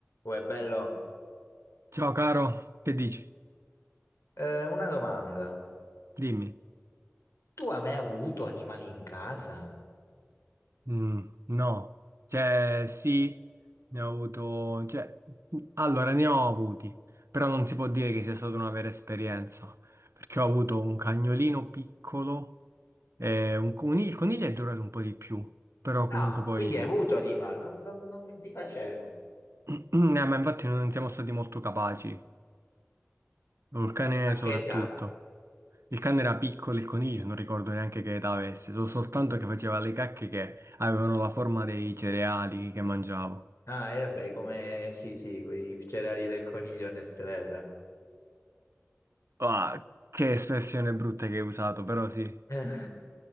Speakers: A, on the left (about 80°); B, on the right (about 70°).
A: Uè, bello.
B: Ciao caro, che dici?
A: Eh, una domanda.
B: Dimmi.
A: Tu hai mai avuto animali in casa?
B: Mm, no, cioè sì, ne ho avuto, cioè, allora ne ho avuti, però non si può dire che sia stata una vera esperienza, perché ho
A: I-
B: avuto un cagnolino piccolo, e un coniglio, il coniglio è durato un po' di più, però comunque
A: Ah,
B: poi,
A: quindi hai avuto animali? Non, non- non ti facevo.
B: <clears throat> eh, ma infatti non siamo stati molto capaci, il cane
A: A
B: soprattutto.
A: che età?
B: Il cane era piccolo, il coniglio non ricordo neanche che età avesse, so soltanto che faceva le cacche che avevano la forma dei cereali che mangiavo.
A: Ah, e vabbè, come sì, sì, quei cereali del coniglio Nestrella.
B: Ah, che espressione brutta che hai usato, però sì.
A: <laughs> Eh,